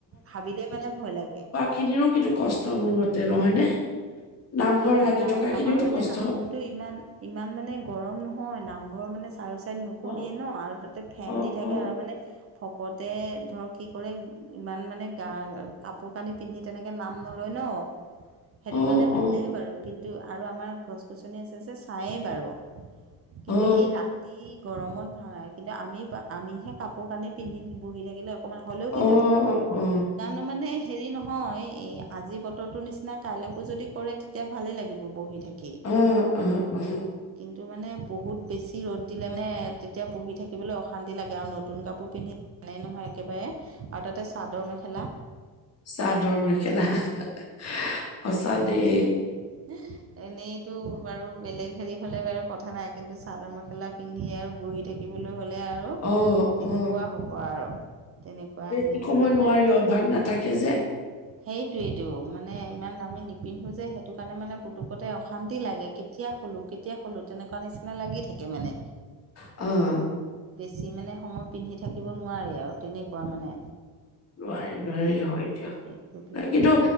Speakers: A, on the right (about 35°); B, on the left (about 35°).
A: ভাবিলেই মানে ভয় লাগে।
B: কিনিও কিন্তু কষ্ট মোৰ মতে নহয় নে? নামঘৰ
A: নহয়
B: লাগি
A: না
B: থকা খিনিওতো
A: আমাৰ মানে
B: কষ্ট
A: নামঘৰটো ইমান ইমান মানে গৰম নহয়, নামঘৰ মানে চাৰু চাইড মু কলিয়ে
B: অ
A: ন আৰু তাতে ফেন
B: অ
A: দি থাকে
B: অ
A: আৰু মানে ভকতে ধৰক কি কৰে ইমান মানে গা কাপোৰ কানি পিন্ধি তেনেকে নাম নলয় ন, সেইটো
B: অ
A: কাৰণে ভালেই
B: অ
A: বাৰু কি কিন্তু আৰু আমাৰ গছ- গছনি আছে যে চায়েই বাৰু। কিন্তু
B: অ
A: এই ৰাতি গৰমত ভাঙাই কিন্তু আমি আমিহে কাপোৰ কানি পিন্ধি বহি থাকিলে অকমান হ'লেও কিন্তু
B: অ অ অ
A: কানো মানে হেৰি নহয়, এই আজি বতৰটোৰ নিচিনা কাইলৈকো যদি কৰে তেতিয়া ভালেই লাগিব বহি থাকি।
B: উম উম উম।
A: কিন্তু মানে বহুত বেছি ৰ'দ দিলে মানে তেতিয়া পঢ়ি থাকিবলৈ অশান্তি লাগে আৰু নতুন কাপোৰ পিন্ধি নেই নহয় একেবাৰে আৰু তাতে চাদৰ- মেখেলা
B: চাদৰ -মেখেলা <unintelligible> সঁচাদেই।
A: হি ই, এনেইতো বাৰু বেলেগ হেৰি হ'লে বাৰু কথা নাই কিন্তু চাদৰ - মেখেলা পিন্ধি আৰু বুঢ়ি তেকিবলৈ হ'লে আৰু
B: অ
A: কেনেকুৱা
B: অ
A: হ'ব আৰু। তেনেকুৱা
B: বেছি
A: হেৰি
B: সময়
A: হৈ পেলায়।
B: নোৱাৰি অভ্যাস নাথাকে যে
A: সেইটোৱেটো মানে ইমান দামী নিপি নিপিন্ধো যে সেইটো কাৰণে মানে পুতুকতে অশান্তি লাগে কেতিয়া খুলোঁ- কেতিয়া খুলোঁ তেনেকুৱা নিচিন না লাগি থাকে মানে।
B: অ',
A: বেছি মানে সময় পিন্ধি থাকিব নোৱাৰে আৰু তেনেকুৱা মানে।
B: নোৱাৰি- নোৱাৰি হয় দিয়া
A: হেৰি কৰি পেলাই
B: এ কিন্তু